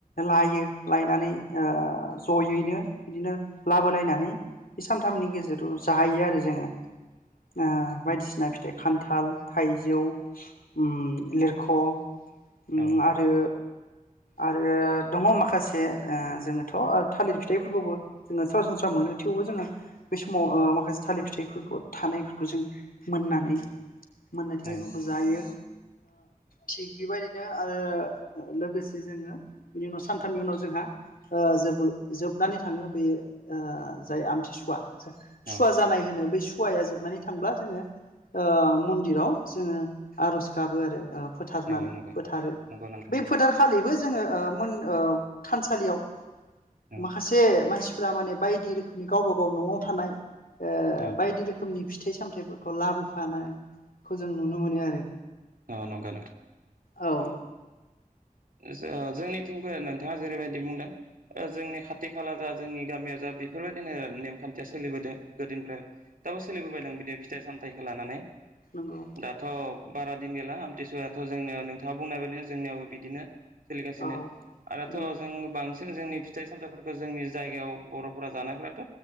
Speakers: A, on the left; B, on the right.
A: लायो लायनानै ओ जयैनो बिदिनो लाबोलायनानै बे सानथामनि गेजेराव जाहैयो आरो जोङो ओ बायदिसिना फिथाइखौ खान्थाल थाइजौ उम लिरख' उम
B: औ
A: आरो आरो दंङ माखासे ओ जोङोथ' ओ थालिर फिथाइफोरखौबो जोङो सरासनस्रा मोनो थेवबो जोङो बे समाव ओ माखासे थालिर फिथाइफोरखौ थानायफोरखौ जों मोननानै मोननाय थालिरफोरखौ
B: औ
A: जायो थिग बेबायदि बिदिनो आरो लोगोसे जोङो बिनि उनाव सानथामनि उनाव जोंहा ओ जोबो जोबनानै थाङो बेयो ओ जाय आमथिसुवा
B: औ
A: सुवा
B: औ
A: जानाय होनो बेै सुवाया जो माने थांब्ला जोङो ओ मन्दिराव जोङो आरज गाबो आरो ओ फोथारनानै
B: नंगौ नंगौ
A: फोथारो
B: नोंथां
A: बे
B: नंगौ
A: फोथारखालिबो जोङो ओ मोन ओ थानसालियाव
B: औ
A: माखासे मानसिफ्रा माने बायदि रोखोमनि गावबा गाव नआव थानाय ओ
B: औ
A: बायदि रोखोमनि फि फिथाइ सामथायाइफोरखौ लाबोफानायखौ जों नुनो मोनो आरो
B: औ नंगौ
A: औ औ
B: जो जोंनिथिंबो नोंथाङा जेरैबायदि बुंदों जोंनि खाथि खाला जा जोंनि गामियाव जा बेफोरबायदिनो नेमखान्थिया सोलिबोदों गोदोनिफ्राय दाबो सोलिबोबायदों बिदि फिथाइ सामथायाइखौ लानानै
A: नंगौ
B: दाथ' बारा दिन गैला आमथिसुवआथ' जोंनो नोंथाङा बुंनाय बायदिनो जोंनियाव बिदिनो सोलिगासिनो
A: औ
B: आरोथ'
A: नंगौ
B: जों बांसिन सिन जोंनि फिथाइ सामथाइफोरखौ जोंनि जायगायाव बर'फोरा जानायफोराथ'